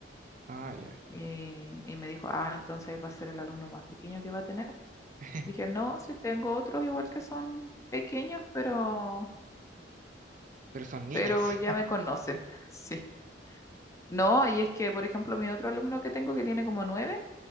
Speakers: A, on the right; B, on the left.
A: Ah, ya.
B: Y, y me dijo, ah, entonces él va a ser el alumno más pequeño que va a tener.
A: <laughs>
B: Dije, no, si tengo otros igual que son pequeños, pero
A: Pero son niñas.
B: pero ya
A: <laughs>
B: me conocen, <laughs> sí. No, y es que, por ejemplo, mi otro alumno que tengo que tiene como nueve,